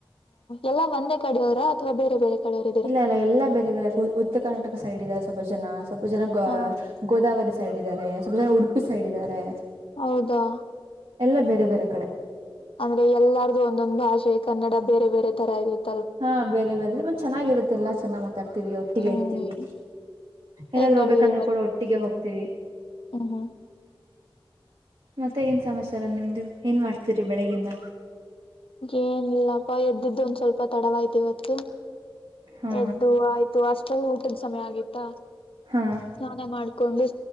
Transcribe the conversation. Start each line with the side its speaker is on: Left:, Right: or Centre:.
Left: ಎಲ್ಲ ಒಂದೇ ಕಡೆಯವರ ಅಥವಾ ಬೇರೆ ಬೇರೆ ಕಡೆಯವರ
Right: ಇಲ್ಲ ಇಲ್ಲ ಎಲ್ಲಾ ಬೇರೆ ಬೇರೆ ಯ ಉತ್ತರ ಕರ್ನಾಟಕ ಸೈಡ್ ಇದಾರೆ ಸ್ವಪೋ ಜನ ಸೊಪ ಜನ
Left: ಹಾ
Right: ಗೋದಾವರಿ ಸೈಡ್ ಇದ್ದಾರೆ ಸ್ವಲ್ಪ ಜನ ಉಡುಪಿ ಸೈಡ್ ಇದ್ದಾರೆ
Left: ಹೌದಾ
Right: ಎಲ್ಲ ಬೇರೆ ಬೇರೆ ಕಡೆ
Left: ಅಂದ್ರೆ ಎಲ್ಲಾರ್ದು ಒಂದೊಂದ್ ಭಾಷೆ ಕನ್ನಡ ಬೇರೆ ಬೇರೆ ತರ ಇರುತ್ತೆ
Right: ಹಾ ಬೇ ಬೇರೆ ಮತ್ತ ಚೆನ್ನಾಗಿ ಇರುತ್ತಲ್ಲ ಚೆನ್ನಾಗಿ ಮಾತಾಡ್ತಾರೆ ಒಟ್ಟಿಗೆ
Left: ಹ್ಮ್
Right: ಇರ್ತವಿ ಏನಾದ್ೂ
Left: ಹೇಗ್
Right: ಹೋಗ್ಬೇಕಂದ್ರೆ
Left: ನಡೆದಿದೆ
Right: ಕೂಡ ಒಟ್ಟಿಗೆ ಹೋಗ್ತೀವಿ
Left: ಹ್ಮ
Right: ಮತ್ತೆ ಏನ್ ಸಮಾಚಾರ ನಿಮ್ದು ಏನ್ ಮಾಡ್ತೀರಿ ಬೆಳಿಗಿಂದ
Left: ಏನಿಲ್ಲಪ್ಪ ಎದ್ದಿದ್ದು ಒಂದ ಸ್ವಲ್ಪ ತಡವಾಯ್ತು ಇವತ್ತು
Right: ಹಾ
Left: ಎದ್ದು ಆಯ್ತು ಅಷ್ಟೆಲ್ಲ ಊಟದ ಸಮಯ ಆಗಿತ್ತಾ
Right: ಹಾ
Left: ಸ್ನಾನ ಮಾಡ್ಕೊಂಡು